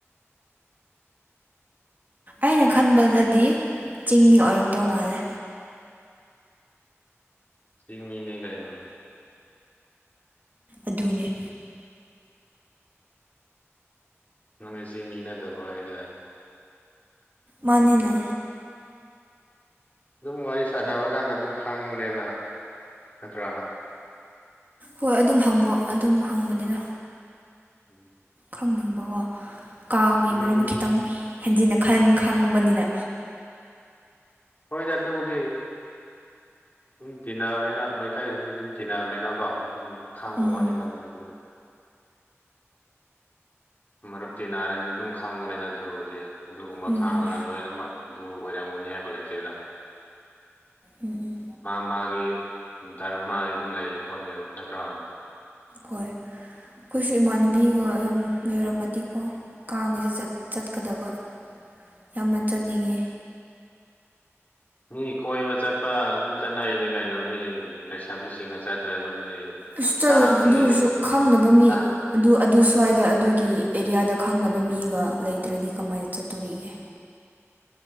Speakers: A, on the right; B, on the left.
A: ꯑꯩꯅ ꯈꯟꯕꯗꯗꯤ ꯆꯤꯡ ꯃꯤ ꯑꯣꯏꯔꯝꯗꯧ ꯃꯥꯜꯂꯦ
B: ꯆꯤꯡꯃꯤꯅꯦ ꯀꯥꯏꯅꯣ
A: ꯑꯗꯨꯅꯦ
B: ꯅꯪꯖꯦ ꯆꯤꯡꯃꯤ ꯅꯠꯇꯕ꯭ꯔꯣ ꯍꯥꯏꯖꯦ
A: ꯃꯥꯅꯤꯅ
B: ꯑꯗꯨꯝ ꯋꯥꯔꯤ ꯁꯥꯟꯅꯕ ꯀꯥꯟꯗ ꯑꯗꯨꯝ ꯈꯪꯕꯨꯅꯦꯗ ꯅꯠꯗ꯭ꯔꯥ
A: ꯍꯣꯏ ꯑꯗꯨꯝ ꯍꯪꯕ ꯑꯗꯨꯝ ꯍꯪꯕꯅꯤꯗ
B: ꯎꯝ
A: ꯈꯪꯅꯤꯡꯕꯀꯣ ꯀꯥꯡꯒꯤ
B: ꯌꯨꯝ
A: ꯃꯔꯝ ꯈꯤꯇꯪ ꯍꯦꯟꯖꯤꯟꯅ ꯈꯟ ꯈꯪꯕꯅꯤꯅ
B: ꯍꯣꯏꯅꯦ ꯑꯗꯨꯕꯨꯗꯤ ꯑꯗꯨꯝ ꯇꯤꯟꯅꯕꯅꯤꯅ ꯃꯩꯇꯩꯗꯨꯁꯨ ꯑꯗꯨꯝ ꯇꯤꯟꯅꯕꯅꯤꯅꯀꯣ ꯑꯗꯨꯝ ꯈꯥꯡꯕ
A: ꯎꯝ
B: ꯋꯥꯅꯤꯗ ꯑꯗꯨ ꯑꯗꯨꯝ ꯃꯔꯨꯞꯇꯤ ꯅꯥꯔꯗꯤ ꯑꯗꯨꯝ ꯈꯪꯕꯅꯦꯗ ꯑꯗꯨꯕꯨꯗꯤ ꯑꯗꯨꯒꯨꯝꯕ
A: ꯎꯝ
B: ꯈꯥꯡꯉꯒ ꯂꯣꯏꯅꯃꯛ ꯑꯗꯨ ꯑꯣꯏꯔꯝꯒꯅꯤ ꯍꯥꯏꯕ ꯂꯩꯇꯦꯗ
A: ꯎꯝ ꯎꯝ
B: ꯃꯥ ꯃꯥꯒꯤ ꯗ꯭ꯔꯃ ꯑꯗꯨꯝ ꯂꯩꯌꯦ ꯄꯣꯠꯅꯦꯕ ꯅꯠꯇ꯭ꯔꯣ
A: ꯍꯣꯏ ꯑꯩꯈꯣꯏꯁꯨ ꯏꯃꯥꯟꯅꯕꯤꯒ ꯌꯥꯝ ꯂꯩꯔꯝꯃꯗꯤꯀꯣ ꯀꯥꯕꯗꯤ ꯆꯠꯀꯗꯕ ꯌꯥꯝꯅ ꯆꯠꯅꯤꯡꯉꯦ
B: ꯃꯤ ꯀꯣꯏꯕ ꯆꯠꯄ ꯑꯗꯨꯝ ꯆꯠꯅꯩꯅꯤ ꯀꯩꯅꯣ ꯃꯤ ꯂꯩꯁꯕꯤꯁꯤꯡ ꯆꯥꯇ꯭ꯔꯥ ꯑꯗꯨ ꯃꯤ
A: ꯏꯁꯇꯜ
B: ꯀꯥꯡꯒꯤ
A: ꯑꯗꯨꯁꯨ ꯈꯪꯗꯕ ꯃꯤ
B: ꯀ
A: ꯑꯗꯨ ꯑꯗꯨ
B: ꯎꯝ
A: ꯁ꯭ꯋꯥꯏꯗ ꯑꯗꯨꯒꯤ ꯑꯦꯔꯤꯌꯥꯗ ꯈꯪꯅꯕ ꯃꯤꯒ ꯂꯩꯇ꯭ꯔꯗꯤ ꯀꯃꯥꯏꯅ ꯆꯠꯇꯣꯔꯤꯒꯦ